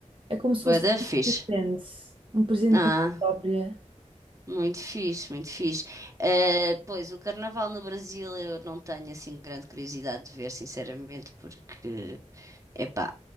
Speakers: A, on the right; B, on the right.
A: é como se
B: Bué
A: fosse
B: da fixe.
A: um presente, um presente
B: Ah,
A: para mim própria.
B: muito fixe, muito fixe. Eh, pois, o carnaval no Brasil eu não tenho assim grande curiosidade de ver, sinceramente, porque, epá,